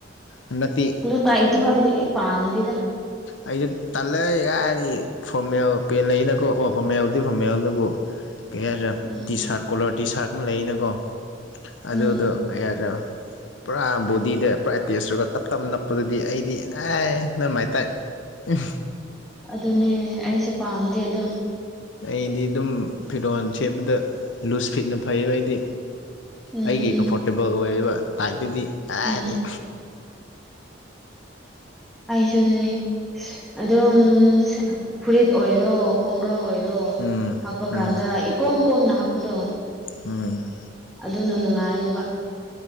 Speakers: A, on the left; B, in the centre.
A: ꯍꯟꯗꯛꯇꯤ
B: ꯑꯗꯣ ꯇꯥꯏꯇꯗꯨ ꯍꯥꯏꯗꯤ ꯄꯥꯝꯗꯦꯗꯥ
A: ꯑꯩꯁꯨ ꯇꯜꯂꯦ ꯀꯥꯏꯗꯒꯤ ꯐꯣꯔꯃꯦꯜ ꯄꯦꯟ ꯂꯩꯅꯀꯣ ꯑꯣ ꯐꯣꯔꯃꯦꯜꯗꯤ ꯐꯣꯔꯃꯦꯜ ꯑꯗꯨꯕꯨ ꯀꯩ ꯍꯥꯏꯁꯤꯔꯥ
B: ꯎꯝ
A: T shirt colour T shirt ꯀꯨꯝꯕꯥ ꯂꯩꯌꯦꯅꯀꯣ ꯑꯗꯨꯗꯣ
B: ꯎꯝ
A: ꯀꯩ ꯍꯥꯏꯁꯤꯔꯣ ꯄꯨꯔꯥ ꯕꯣꯗꯤꯗ ꯄꯨꯔꯥ ꯑꯦꯇꯦꯁ ꯇꯧꯔꯒ ꯇꯞ ꯇꯞ ꯅꯞꯄꯗꯨꯗꯤ ꯑꯩꯗꯤ ꯑꯦ ꯅꯃꯥꯏ ꯇꯥꯏ ꯎꯝ
B: ꯑꯗꯨꯅꯦ ꯑꯩꯁꯨ ꯄꯥꯝꯗꯦ ꯑꯗꯣ
A: ꯑꯩꯗꯤ ꯑꯗꯨꯝ ꯐꯤꯔꯣꯟ ꯁꯦꯠꯄꯗ ꯂꯨꯁ ꯐꯤꯠꯅ ꯐꯩꯌꯦꯕ ꯑꯩꯗꯤ
B: ꯎꯝ
A: ꯑꯩꯒꯤ ꯀꯝꯐꯣꯔꯇꯦꯕꯜ ꯑꯣꯏꯕ ꯇꯥꯏꯞꯇꯨꯗꯤ ꯀꯥꯏꯗꯩ
B: ꯎꯝ ꯑꯩꯁꯨꯅꯦ ꯑꯗꯨꯝ ꯐꯨꯔꯤꯠ ꯑꯣꯏꯔꯣ ꯈꯣꯡꯒ꯭ꯔꯎ ꯑꯣꯏꯔꯣ
A: ꯎꯝ
B: ꯍꯥꯞꯄ
A: ꯎꯝ
B: ꯀꯥꯟꯗ ꯏꯀꯣꯝ ꯀꯣꯝꯅ ꯍꯥꯞꯄꯗꯣ
A: ꯎꯝ
B: ꯑꯗꯨꯅ ꯅꯨꯡꯉꯥꯏꯌꯦꯕ